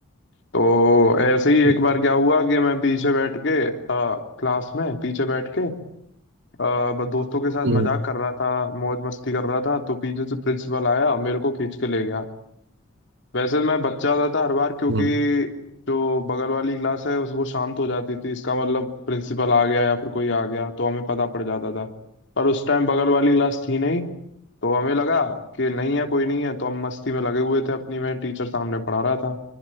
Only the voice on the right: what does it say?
हम्म,
हम्म,
हम्म,